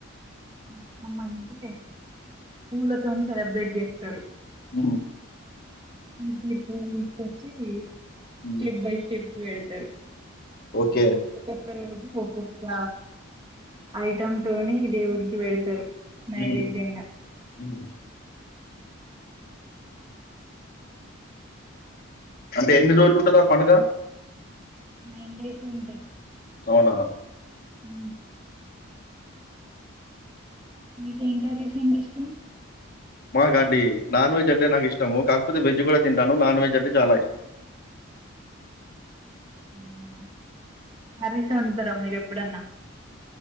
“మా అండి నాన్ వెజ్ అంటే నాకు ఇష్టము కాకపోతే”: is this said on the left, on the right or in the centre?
Left